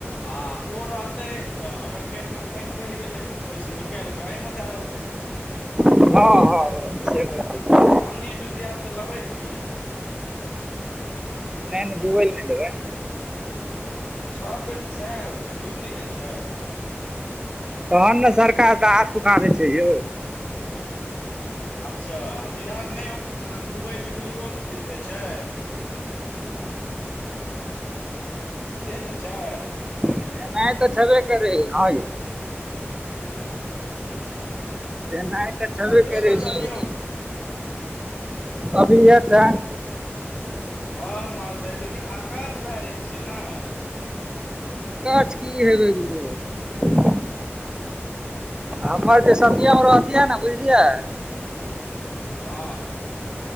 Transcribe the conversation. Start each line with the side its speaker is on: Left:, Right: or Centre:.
Left: आ ओ रहतै तऽ अगर खेत मे पइन बैड़ गेलै तऽ ओहिसँ निकैल कऽ औय मे दए देतै
Right: हँ हँ हँ से बात तऽ छै
Left: धाने डूबि जैत तऽ लेबै की?
Right: नै -नै डूबैल नै देबै।
Left: तऽ सब बेर तऽ सएह होइ छै, डूबि नहि जाइ छै?
Right: तहन ने सरकार दहा सुखा दै छै यौ।
Left: अच्छा आ जिधर नहि डूबै छै, उधरो दै छै? सेहे ने छै।
Right: देनाइ तऽ छबे करै ह
Left: <inaudible> <inaudible>
Right: देनाय तऽ छबे
Left: कते
Right: करै
Left: बचल
Right: छै सबके
Left: यौ
Right: अभी ये टा
Left: हँ मरदै लेकिन आकछ भए जाइ छियै ने?
Right: अकछ की हेबै गलो? हमर जे सतियम रहतियै ने बुझलियै?
Left: हँ